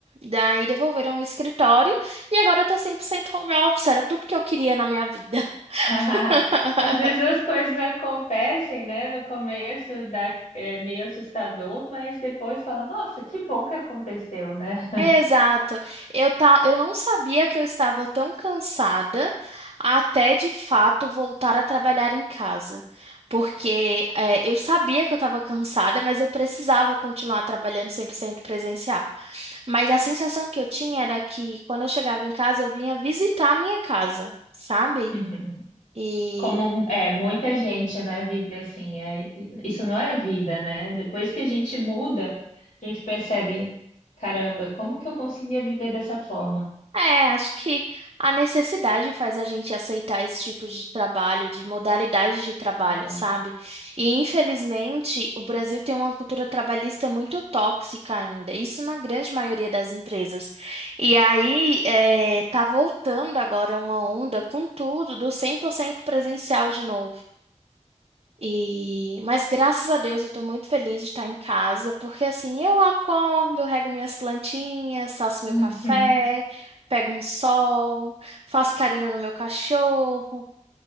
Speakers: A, on the right; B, on the left.
A: Daí devolveram o escritório e agora eu tô 100% home office. Era tudo que eu queria na minha vida.
B: <laughs>
A: <laughs>
B: Às vezes as coisas acontecem, né? No começo dá, é meio assustador, mas depois fala, nossa, que bom que aconteceu, né?
A: Exato. Eu, tá, eu não sabia que eu estava tão cansada até de fato voltar a trabalhar em casa. Porque é, eu sabia que eu estava cansada, mas eu precisava continuar trabalhando 100% presencial. Mas a sensação que eu tinha era que quando eu chegava em casa, eu vinha visitar a minha casa, sabe?
B: <laughs>
A: e
B: Como é, muita gente, né, vive assim. é- isso não é vida, né? Depois que a gente muda, a gente percebe, caramba, como que eu conseguia viver dessa forma?
A: É, acho que a necessidade faz a gente aceitar esse tipo de trabalho, de modalidade de trabalho,
B: Verdade.
A: sabe? E infelizmente o Brasil tem uma cultura trabalhista muito tóxica ainda, isso na grande maioria das empresas. E aí é, tá voltando agora uma onda com tudo do 100% presencial de novo. E, mas graças a Deus eu tô muito feliz de estar em casa, porque assim, eu acordo, eu rego minhas plantinhas, faço meu
B: <laughs>
A: café, pego um sol, faço carinho no meu cachorro.